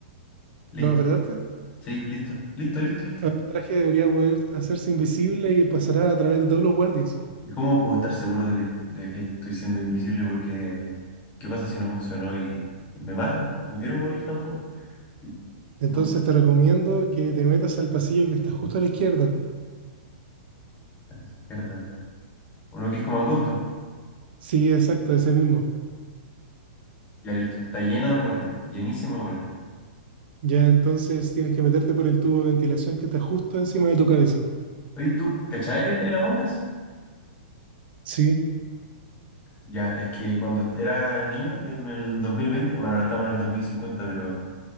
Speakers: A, on the left; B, on the right.
A: Listo.
B: ¿Lo apretaste?
A: Sí, listo. Listo, listo, listo.
B: Ahora El traje debería poder hacerse invisible y pasará a través de todos los guardias.
A: ¿Y cómo puedo estar seguro de que, de que estoy siendo invisible? Porque, ¿qué pasa si no funcionó y, y me matan? No quiero morir tampoco. Y-
B: Entonces
A: no,
B: te recomiendo que te metas al pasillo que está justo a la izquierda.
A: a la izquierda. Uno que es como angosto.
B: Sí, exacto, ese mismo.
A: Ya listo. Está lleno de guardias. Llenísimo de guardias.
B: Ya entonces tienes que meterte por el tubo de ventilación que está justo encima de tu cabeza.
A: Oye, ¿tú cachai el el Among Us?
B: Sí,
A: Ya, es que cuando era niño, en el 2020, bueno, ahora estamos en el 2050, pero